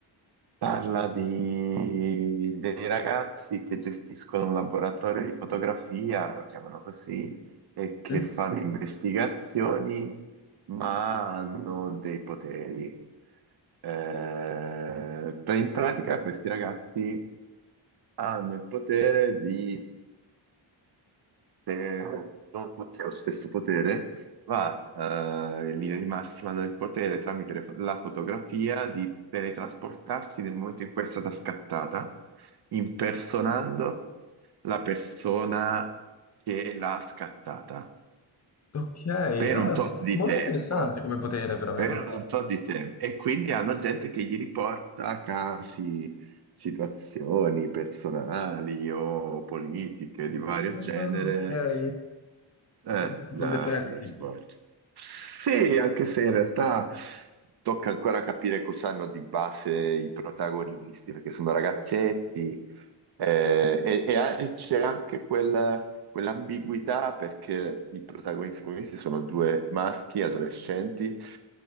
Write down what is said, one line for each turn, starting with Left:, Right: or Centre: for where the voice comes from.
Right: parla di dei ragazzi che gestiscono un laboratorio di fotografia, lo chiamano così, e che
Left: Eh?
Right: fanno investigazioni, ma hanno dei poteri. Eh, per- in pratica questi ragazzi hanno il potere di se non tutti hanno lo stesso potere, ma eh, in linea di massima hanno il potere tramite le fo- la fotografia di teletrasportarsi nel momento in cui è stata scattata, impersonando la persona che l'ha scattata
Left: Ok,
Right: per
Left: no,
Right: un tot di
Left: molto
Right: tempo,
Left: interessante come potere però
Right: per
Left: in realtà.
Right: un tot di tempo. E quindi hanno gente che gli riporta casi, situazioni personali o politiche di vario genere
Left: Ah, ok,
Right: eh,
Left: tipo
Right: da,
Left: un detective.
Right: da svolgere. Sì, anche se in realtà tocca ancora capire cosa hanno di base i protagonisti, perché sono ragazzetti eh, e, e a- e c'è anche quella- quell'ambiguità perché i protagonisti protagonisti sono due maschi adolescenti,